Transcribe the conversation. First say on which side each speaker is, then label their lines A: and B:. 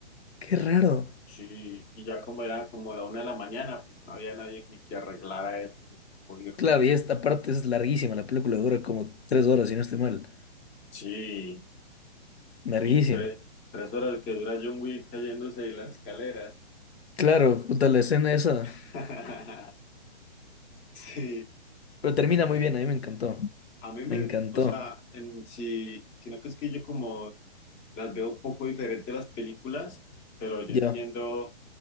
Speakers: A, on the left; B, on the left.
A: Qué raro.
B: Sí, y ya como era como la una de la mañana, pues no había nadie ni que arreglara eso, ni tocó irnos.
A: Claro, y esta parte es larguísima. La película dura como 3 horas, si no estoy mal.
B: Sí,
A: Larguísima.
B: y tres, tres horas que dura John Wick cayéndose de la escalera.
A: Claro, puta, la escena esa.
B: <laughs> Sí,
A: Pero termina muy bien, a mí me encantó.
B: A mí me,
A: Me encantó.
B: o sea, en, sí, si, sino que es que yo como las veo poco diferente las películas, pero yo
A: Ya.
B: entiendo